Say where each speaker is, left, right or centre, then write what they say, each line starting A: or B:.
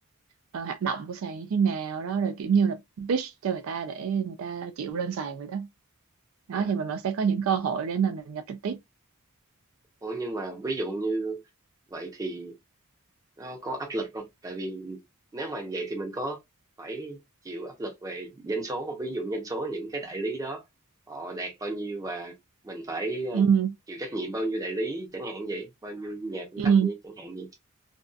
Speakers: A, on the right; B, on the right.
A: ờ, hoạt động của sàn như thế nào đó rồi kiểu như là pitch cho người ta để người ta chịu lên sàn vậy đó đó
B: à.
A: thì mình vẫn sẽ có những cơ hội để mà mình gặp trực tiếp
B: Ủa nhưng mà ví dụ như vậy thì nó có áp lực không tại vì nếu mà vậy thì mình có phải chịu áp lực về doanh số không ví dụ doanh số những cái đại lý đó họ đạt bao nhiêu và mình phải ờ,
A: ừ
B: chịu trách nhiệm bao nhiêu đại lý chẳng hạn vậy bao nhiêu nhà cung
A: ừ
B: cấp vậy chẳng hạn vậy